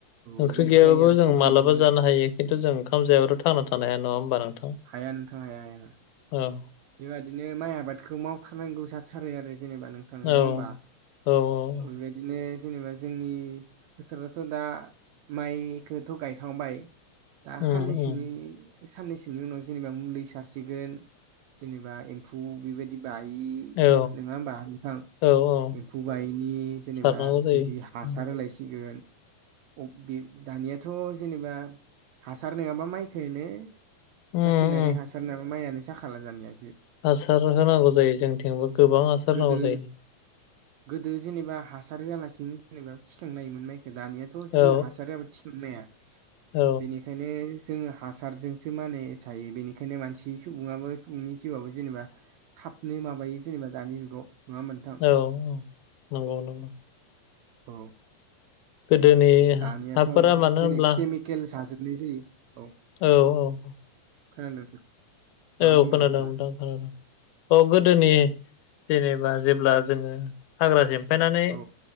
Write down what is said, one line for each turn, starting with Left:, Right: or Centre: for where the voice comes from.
Left: ओंख्रि
Right: बेबायदि
Left: गैयाबाबो
Right: जायो आरो
Left: जों
Right: संख्रिबो
Left: मालाब जानो हायो। खिन्थु जों ओंखाम जायाबाथ' थांनाा थानो हाया नङा होनबा नोंथां?
Right: हाया नोंथां हाया हाया।
Left: औ
Right: बेबादिनो माइ आबादखौ मावथारनांगौ जाथारो आरो जेनेबा नोंथां नङा
Left: औ
Right: होमबा
Left: औ औ।
Right: बेबायदिनो जेनेबा जोंनि फोथोरावथ' दा माइखौथ' गायखांबाय दा
Left: उम
Right: साननैसोनि
Left: उम
Right: साननैसोनि उनाव जेनेबा मुलि सारसिगोन जेनेबा एम्फौ बेबायदि
Left: औ
Right: <unintelligible> नङा होमबा नोंथां
Left: औ औ
Right: एम्फौ बायैनि जेनेबा
Left: सारनांगौ
Right: बेबायदि
Left: जायो
Right: हासार
Left: उम
Right: होलायसिगोन बे दानियाथ' जेनेबा हासार नङाबा माइखोनो
Left: उम
Right: रासायनारिक
Left: उम
Right: हासार नंयाब्ला माइआानो जाखाला दानिआ
Left: हासार होनांगौ जायो जोंथिंबो गोबां हासार
Right: गोदो
Left: होनांगौ जायो।
Right: गोदो जेनेबा हासार होआलासिनो जेनेबा थिखांनोनायोमोन माइखौ दानिया
Left: औ
Right: हासार होयाबा थिखोनो हाया
Left: औ
Right: बेनिखाय ओंखायनो जों हासारजोंसो माने जायो बेनिखायनो मानसि सुबुङाबो फुंनि जिउआवबो जेनेबा थाबनो माबायो जेनेबा दानि जुगाव। नङा होमबा नोंथां
Left: औ औ नंगौ नंगौ।
Right: औ।
Left: गोदोनि
Right: दानियाथ'
Left: हाफोरा मानो
Right: जेन
Left: होनब्ला
Right: केमिकेल जाजोबनाय जायो। औ।
Left: औ औ।
Right: खोनादों नोंथां। मा
Left: औ
Right: बुंदों
Left: खोनादों
Right: नोंथाङा
Left: नोंथां खोनादों औ गोदोनि जेनेबा जेब्ला जोङो हाग्रा सेमफायनानै।
Right: औ